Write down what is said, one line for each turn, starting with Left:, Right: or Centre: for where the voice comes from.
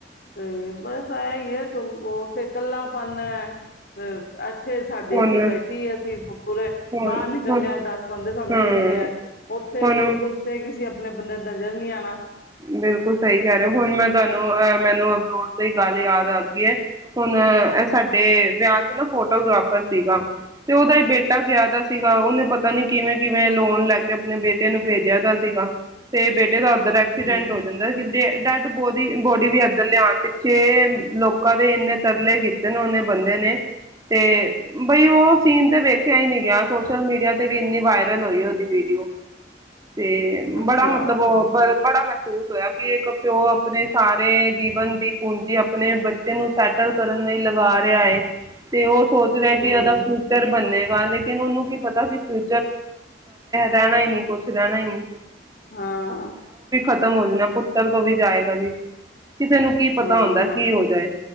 Left: ਤੇ ਬਸ ਆ ਹੀ ਹੈ। ਉੱਥੇ ਕੱਲਾ ਪਨ ਐ। ਤੇ ਇਥੇ ਸਾਡੀ
Right: ਹੁਣ
Left: ਸੁਸਾਇਟੀ ਐ, ਅਸੀਂ ਪੂਰੇ
Right: ਹੁਣ
Left: ਬਾਹਰ ਨਿਕਲਣੇ
Right: ਹੁਣ
Left: ਹਾਂ, ਦਸ ਬੰਦੇ ਸਾਨੂੰ
Right: ਹਾਂ
Left: ਮਿਲਦੇ ਹੈ। ਉੱਥੇ
Right: ਹੁਣ
Left: ਕੁੱਥੇ ਕਿਸੀ ਆਪਣੇ ਬੰਦਾ ਨਜ਼ਰ ਨੀ ਆਣਾ।
Right: ਬਿਲਕੁਲ। ਸਹੀ ਕਹਿ ਰਹੇ। ਹੁਣ ਮੈਂ ਤੁਹਾਨੂੰ ਅਹ ਮੈਨੂੰ ਬਣਾਉਣ ਤੇ ਹੀ ਗੱਲ ਯਾਦ ਆ ਗਈ ਹੈ। ਹੁਣ, ਇਹ ਸਾਡੇ ਵਿਆਹ ਤੇ ਨਾ ਫੋਟੋਗ੍ਰਾਫਰ ਸੀਗਾ, ਤੇ ਉਹਦਾ ਹੀ ਬੇਟਾ ਗਿਆ ਦਾ ਸੀਗਾ, ਉਹਨੇ ਪਤਾ ਨੀ ਕਿਵੇਂ- ਕਿਵੇਂ ਲੋਨ ਲੈ ਕੇ ਆਪਣੇ ਬੇਟੇ ਨੂੰ ਭੇਜਿਆ ਦਾ ਸੀਗਾ, ਤੇ ਬੇਟੇ ਦਾ ਉੱਦਰਰ ਐਕਸੀਡੈਂਟ
Left: ਹੂੰ
Right: ਹੋ ਜਾਂਦਾ, ਕਿ ਡੈਡ ਬੋਦੀ ਬੋਡੀ ਵੀ ਇੱਦਰਰ ਲਿਆਉਣ ਪਿੱਛੇ ਲੋਕ ਲੋਕਾਂ ਦੇ ਇੰਨੇ ਤਰਲੇ ਕੀਤੇ ਨੇ ਉਹਨੇ ਬੰਦੇ ਨੇ ਤੇ ਬਈ, ਉਹ ਸੀਨ ਤੇ ਵੇਖਿਆ ਹੀ ਨਹੀਂ ਗਿਆ। ਸੋਸ਼ਲ ਮੀਡੀਆ ਤੇ ਵੀ ਇੰਨੀ ਵਾਇਰਲ ਹੋਈ ਉਹਦੀ ਵੀਡੀਓ। ਤੇ
Left: ਅੱਛਾ
Right: ਬੜਾ ਮਤਲਬ ਬੜਾ ਮਹਿਸੂਸ ਹੋਇਆ, ਕਿ ਇੱਕ ਪਿਓ ਆਪਣੇ ਸਾਰੇ ਜੀਵਨ ਦੀ ਪੁਂਜ ਜੀ ਆਪਣੇ ਬੱਚੇ ਨੂੰ ਸੈਟਲ ਕਰਨ ਲਈ ਲ ਗਾ ਰਿਹਾ ਹੈ, ਤੇ ਉਹ ਸੋਚ ਰਿਹਾ ਕਿ
Left: ਹੂੰ
Right: ਉਹਦਾ ਫਿਊਚਰ ਬਨੇਗਾ। ਲੇਕਿਨ ਉਹਨੂੰ ਕੀ ਪਤਾ ਕੀ ਫਿ ਰਹਿਣਾ ਹੀ ਨਹੀਂ ਕੁਝ ਰਹਿਣਾ ਹੀ ਨਹੀਂ
Left: ਹਾਂ
Right: ਖਤਮ ਹੋ ਜਾਣਾ। ਪੁੱਤਰ ਤੋਂ ਵੀ ਜਾਏਗਾ ਜੀ। ਕਿਸੇ ਨੂੰ ਕੀ ਪਤਾ
Left: ਹਾਂ
Right: ਹੁੰਦਾ, ਕੀ ਹੋ ਜਾਏ।